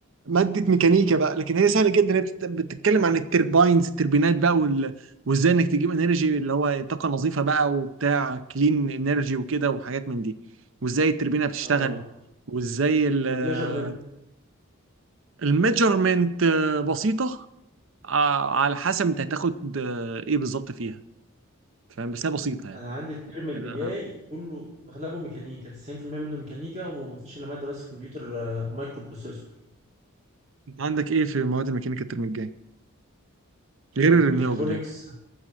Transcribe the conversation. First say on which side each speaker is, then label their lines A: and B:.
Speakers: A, on the right; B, on the right.
A: ماده ميكانيكا بقى لكن هي سهله جدا هي بتت- بتتكلم عن الترباينز التربينات بقى وال... وازاي انك تجيب انرجي اللي هو طاقه نظيفه بقى وبتاع كلين انرجي وكده وحاجات من دي وازاي التربينه بتشتغل
B: اه
A: وازاي ال-
B: والميجرمنت
A: الميجرمنت بسيطة آه، على حسب انت هتاخد آه، ايه بالظبط فيها فاهم بس هي بسيطه يعني
B: انا عندي الترم اللي
A: يعني
B: جاي
A: أنا-
B: كله اغلبه ميكانيكا 90% منه ميكانيكا ومفيش الا ماده بس كمبيوتر آه، مايكرو بروسيسور
A: انت عندك ايه في مواد الميكانيكا الترم الجاي غير
B: آه، ميكاترونكس
A: الرينيوبل يعني